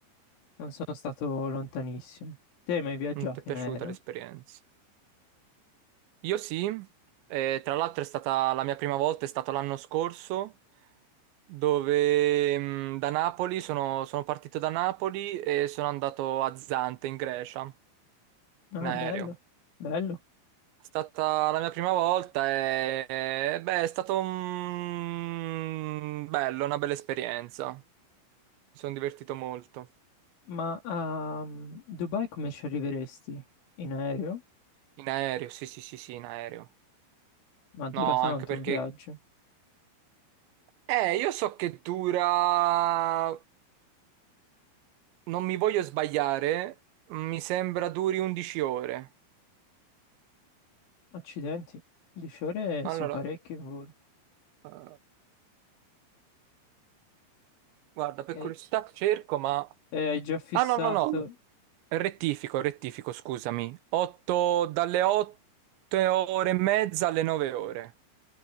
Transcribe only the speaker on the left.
non sono stato lontanissimo. Te hai mai viaggiato
in aereo?
Ah,
bello, bello.
Ma a Dubai come ci arriveresti? In aereo?
Ma dura
tanto
un viaggio.
Accidenti, 10 ore
sono parecchie in volo.
E,
e hai già fissato...